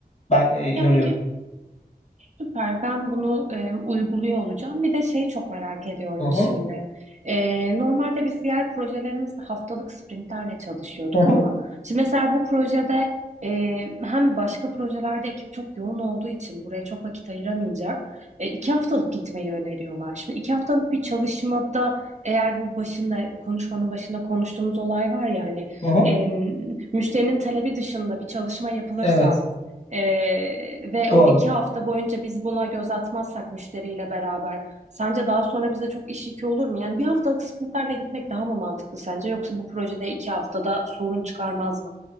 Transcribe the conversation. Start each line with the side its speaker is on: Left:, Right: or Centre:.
Left: Ben e, inanıyorum.
Right: Ya peki Süper. Ben bunu e, uyguluyor olacağım. Bir de şey çok merak ediyorum
Left: Hı
Right: şimdi.
Left: hı,
Right: E, normalde biz diğer projelerimizde haftalık sprintlerle çalışıyorduk
Left: hı hı,
Right: ama şimdi mesela bu projede e, hem başka projelerde ekip çok yoğun olduğu için buraya çok vakit ayıramayacak. E, iki haftalık gitmeyi öneriyorlar. Şimdi iki haftalık bir çalışmada eğer bu başında konuşmanın başında konuştuğumuz olay var ya hani
Left: hı hı.
Right: e, müşterinin talebi dışında bir çalışma yapılırsa
Left: Evet,
Right: ee, ve
Left: doğru.
Right: o iki hafta boyunca biz buna göz atmazsak müşteriyle beraber sence daha sonra bize çok iş yükü olur mu? Yani bir haftalık sprintlerle gitmek daha mı mantıklı sence yoksa bu projede iki haftada sorun çıkarmaz mı?